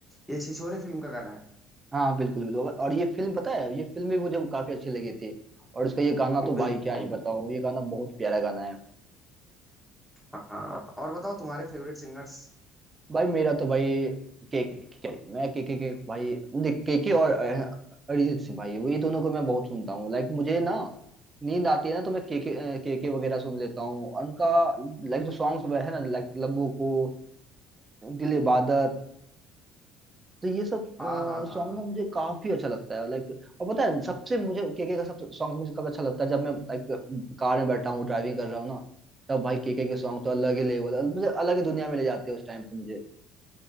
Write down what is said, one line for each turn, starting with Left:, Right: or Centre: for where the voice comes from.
Centre: ये छिछोरे फिल्म का गाना है
Right: हाँ बिल्कुल बिल्कुल और ये फिल्म पता है ये फिल्म भी मुझे काफी अच्छी लगी थी और इसका ये गाना तो भाई
Centre: बिल्कुल
Right: क्या ही बताऊं ये गाना बहुत प्यारा गाना
Centre: हाँ
Right: है
Centre: और बताओ तुम्हारे फेवरेट सिंगर्स
Right: भाई मेरा तो भाई केके मैं केके के के भाई देख केके और अ, अरिजीत सिंह भाई वही दोनों को मैं बहुत सुनता हूँ लाइक मुझे ना नींद आती है ना तो मैं केके केके वगैरह सुन लेता हूँ उनका लाइक जो सॉन्ग्स है ना लाइक लबों को दिल इबादत तो ये सब
Centre: हाँ हाँ हाँ
Right: सॉन्ग
Centre: हाँ
Right: ना मुझे काफी अच्छा लगता है लाइक और पता है सबसे मुझे केके का सबसे सॉन्ग मुझे कब अच्छा लगता है जब मैं लाइक कार में बैठा हूँ ड्राइविंग कर रहा हूँ ना तब भाई केके के सॉन्ग तो अलग ही लेवल मुझे अलग ही दुनिया में ले जाते हैं उस टाइम पे मुझे